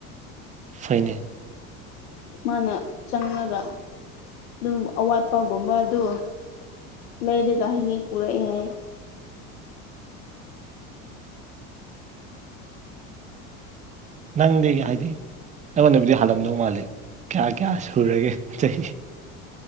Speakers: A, on the right; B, on the left.
A: ꯐꯩꯅꯦ
B: ꯃꯥꯅ ꯆꯪꯉꯒ ꯑꯗꯨꯝ ꯑꯋꯥꯠꯄꯒꯨꯝꯕ ꯑꯗꯨ ꯂꯩꯔꯒꯥ ꯍꯦꯛ ꯍꯦꯛ ꯄꯨꯔꯛꯑ ꯍꯥꯏꯌꯦ
A: ꯅꯪꯗꯤ ꯍꯥꯏꯗꯤ ꯑꯩꯉꯣꯟꯗꯕꯨꯗꯤ ꯍꯥꯜꯂꯝꯗꯧ ꯃꯥꯜꯂꯤ ꯀꯌꯥ ꯀꯌꯥ ꯁꯨꯔꯒꯦ ꯆꯍꯤ